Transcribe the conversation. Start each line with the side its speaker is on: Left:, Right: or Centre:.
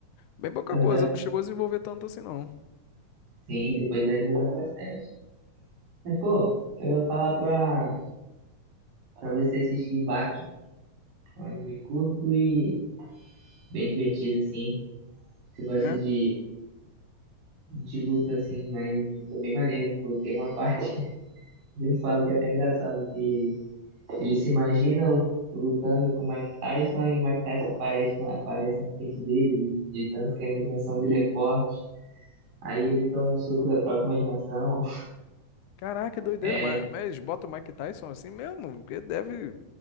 Left: bem pouca
Right: aham,
Left: coisa. Não chegou a desenvolver tanto assim, não.
Right: Sim, depois vai desenvolver bastante. Mas, pô, eu ia falar pra, pra você assistir Baki, que é um anime curto e bem divertido, assim. Você gosta
Left: É.
Right: de, de luta, assim, um anime de luta bem maneiro, pô. Tem uma parte, <laughs> eu sempre falo que é até engraçado, que ele Ele se imagina lutando com o Mike Tyson e o Mike Tyson aparece, aparece na frente dele, de tanto que a imaginação dele é forte. Aí ele toma um suco da própria imaginação.
Left: Caraca, doideira,
Right: É,
Left: mas, mas bota o Mike Tyson assim mesmo? Porque deve,